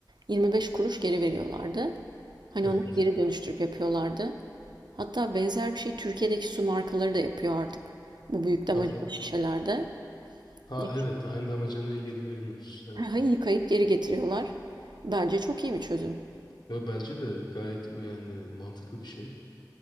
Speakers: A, on the right (about 75°); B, on the left (about 75°).
A: 25 kuruş geri veriyorlardı. Hani
B: Evet.
A: onları geri dönüştürüp yapıyorlardı. Hatta benzer bir şey Türkiye'deki su markaları da yapıyor artık. Bu büyük
B: Hadi
A: damacana
B: ya.
A: şişelerde.
B: Ha
A: Ya
B: evet aynı damacanayı geri veriyoruz. Evet.
A: şöyle, <laughs> yıkayıp geri getiriyorlar. Bence çok iyi bir çözüm.
B: Ve bence de gayet yani mantıklı bir şey.